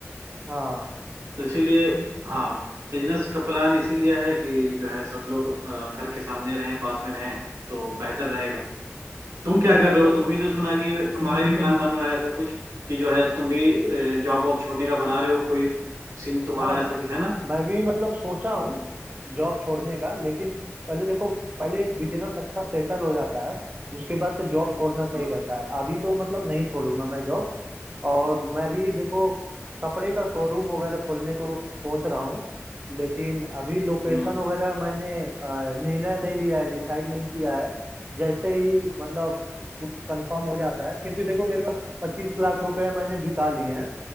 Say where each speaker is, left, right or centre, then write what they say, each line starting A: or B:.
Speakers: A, on the right; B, on the right.
A: हाँ
B: तो इसीलिए हाँ बिजनेस का प्लान इसीलिए है कि जो है सब लोग अ, घर के सामने रहें पास में रहें तो बेहतर रहेगा तुम क्या
A: नहीं
B: कर
A: देखो
B: रहे हो तुम भी तो सुना कि तुम्हारा भी प्लान बन रहा है ऐसा कुछ कि जो है तुम भी जॉब वॉब छोड़ने का बना रहे हो कोई सीन तुम्हारा
A: हाँ
B: ऐसा कुछ है ना
A: मैं भी मतलब सोचा हूँ जॉब छोड़ने का लेकिन पहले देखो पहले एक बिजनेस अच्छा सेटल हो जाता है उसके बाद से जॉब छोड़ना सही
B: हम्म
A: रहता है अभी तो मतलब नहीं छोड़ूंगा मैं जॉब और मैं भी देखो कपड़े का शोरूम वगैरह खोलने को सोच रहा हूँ लेकिन अभी लोकेशन
B: हम्म
A: वगैरह मैंने अ, निर्णय नहीं लिया है डिसाइड नहीं किया है जैसे ही मतलब कुछ कंफर्म हो जाता है क्योंकि देखो मेरे पास पच्चीस लाख रुपए मैंने जुटा लिए हैं